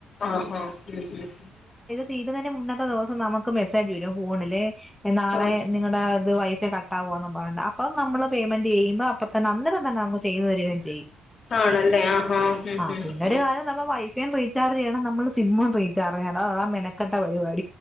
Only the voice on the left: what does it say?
ആഹ ആഹ് ഹ ഹ
ആഹ്
ആണല്ലേ ആഹാ ഉം
ഉം
ഉം